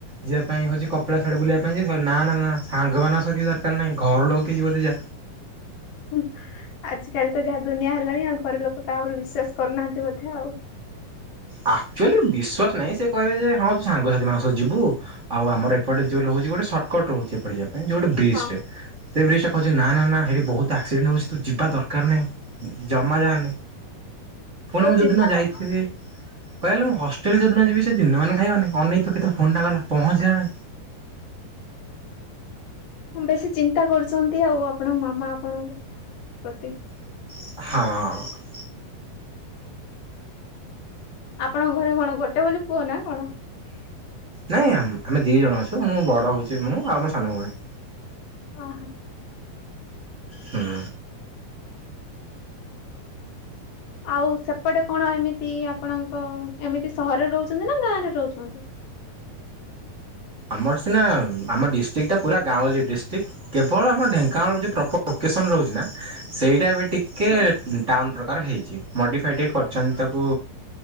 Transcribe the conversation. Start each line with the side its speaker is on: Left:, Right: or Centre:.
Right: ଯିିବା ପାଇଁ ହଉଛି କପିଳାସ ଆଡେ ବୁଲିବା ପାଇଁ ନା-ନା-ନା ସାଙ୍ଗମାନଙ୍କ ସହ କିଛି ଦରକାର ନାହିଁ ଘର ଲୋକ କିଏ ଯିବ ଯଦି ଯା।
Left: ହୁଁ ଆଜିକାଲି ତ ଯାହା ଦୁନିଆ ହେଲାଣି ଆଉ ଘରେ ଲୋକ କାହା ଉପରେ ବିଶ୍ୱାସ କରୁନାହାନ୍ତି ବୋଧେ ଆଉ।
Right: ଆକ୍ଚୁଆଲି ବିଶ୍ଵାସ ନାହିଁ ସେ କହିବେ ଯେ ହଁ ତୁ ସାଙ୍ଗସାଥିମାନଙ୍କ ସହ ଯିବୁ ଆଉ ଆମର ଏପଟେ ଯୋଉ ରହୁଛି ଗୋଟେ ସର୍ଟକଟ ରହୁଛି ଏପଟେ ଯିବା ପାଇଁ ଯୋଉ ଗୋଟେ ବ୍ରିଜଟେ।
Left: ହଁ
Right: ସେ ବ୍ରିଜଟା କହୁଛି ନା-ନା-ନା ସେଇଠି ବହୁତ ଆକ୍ସିଡେଣ୍ଟ ହେଉଛି ତୁ ଯିବା ଦରକାର ନାହିଁ ଜମା ଯାଆନି। ପୁଣି
Left: ବହୁତ
Right: ମୁଁ ଯୋଉଦିନ
Left: ଚିନ୍ତା
Right: ଯାଇଥିବି
Left: କର
Right: କହିଆ ଗଲେ ମୁଁ ହଷ୍ଟେଲ ଯୋଉଦିନ ଯିବି ସେ ଦିନ ମାନ ଖାଇବନି ଅନେଇଥିବ କେତେବେଳେ ଫୋନଟା କଲା ପହଞ୍ଚିଲା ନା ନାହିଁ।
Left: ହଁ ବେଶୀ ଚିନ୍ତା କରୁଛନ୍ତି ଆଉ ଆପଣଙ୍କ ମାମା ଆପଣଙ୍କ ପ୍ରତି।
Right: ହଁ।
Left: ଆପଣଙ୍କ ଘରେ କଣ ଗୋଟେ ବୋଲି ପୁଅ ନା କଣ?
Right: ନାଇଁ ଆମ-ଆମେ ଦି ଜଣ ଅଛୁ ମୁଁ ବଡ଼ ହେଉଛି ମୁଁ ଆଉ ମୋ ସାନ ଭଉଣୀ।
Left: ଓହୋ
Right: ହୁଁ।
Left: ଆଉ ସେପଟେ କଣ ଏମିତି ଆପଣଙ୍କ ଏମିତି ସହରରେ ରହୁଚନ୍ତି ନା ଗାଁରେ ରହୁଚନ୍ତି?
Right: ଆମର ସିନା ଆମ ଡିଷ୍ଟ୍ରିକ୍ଟଟା ପୁରା ଗାଁଉଲି ଡିଷ୍ଟ୍ରିକ୍ଟ। କେବଳ ଆମ ଢେଙ୍କାନାଳର ଯୋଉ ପ୍ରପର ଲୋକେସନ ରହୁଚିନା ସେଇଟା ଏବେ ଟିକେ
Left: ହଁ
Right: ଟାଉନ୍ ପ୍ରକାର ହେଇଚି ମଡ଼ିଫାଏ ଟିକେ କରିଚନ୍ତି ତାକୁ